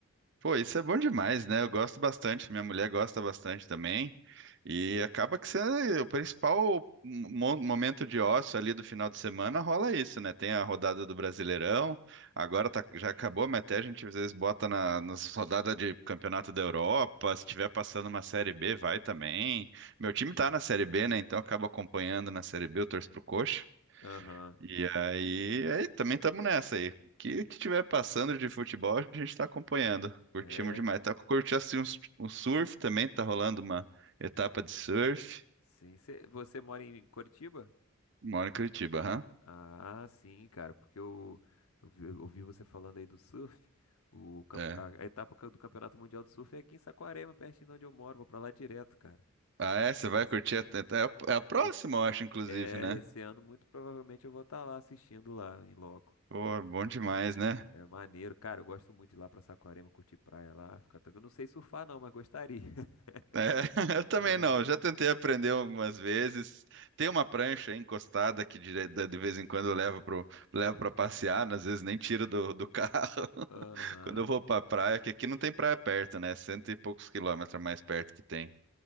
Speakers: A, on the right (about 55°); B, on the left (about 80°).
A: Pô, isso é bom demais, né? Eu gosto bastante, minha mulher gosta bastante também. E acaba que você, o principal mo- momento de ócio ali do final de semana rola isso, né? Tem a rodada do Brasileirão, agora tá- já acabou, mas até a gente às vezes bota na, nas rodadas de Campeonato da Europa. Se tiver passando uma Série B, vai também. Meu time tá na Série B, né? Então acaba acompanhando na Série B, eu torço pro Coxa.
B: Aham.
A: E aí, aí também estamos nessa aí. O que que tiver passando de futebol, a gente está acompanhando. Curtimos
B: É.
A: demais. Tá curtindo assim uns- um surf também, tá rolando uma etapa de surf.
B: Sim. Cê- você mora em Curitiba?
A: Moro em Curitiba, aham.
B: Ah, sim, cara, porque eu, eu vi, eu ouvi você falando aí do surf. O, campe-
A: É.
B: a, a etapa ca- do Campeonato Mundial de Surf é aqui em Saquarema, pertinho de onde eu moro. Vou pra lá direto, cara.
A: Ah, é? Você vai
B: Esse,
A: curtir a... É é a é a próxima,
B: esse,
A: eu acho, inclusive,
B: é,
A: né?
B: esse ano, muito provavelmente, eu vou estar lá assistindo lá em loco.
A: Pô, bom demais, né?
B: É maneiro, cara. Eu gosto muito de ir lá pra Saquarema, curtir praia lá, ficar tranquilo. Não sei surfar, não, mas gostaria. <laughs>
A: É, <laughs> eu também
B: Aham.
A: não. Já tentei aprender algumas vezes. Tem uma prancha aí encostada que dire- de de vez em quando eu levo pro, levo para passear, às vezes nem tiro do, do <laughs> carro.
B: Aham.
A: Quando eu vou pra praia, que aqui não tem praia perto, né? Cento e poucos quilômetros mais perto que tem.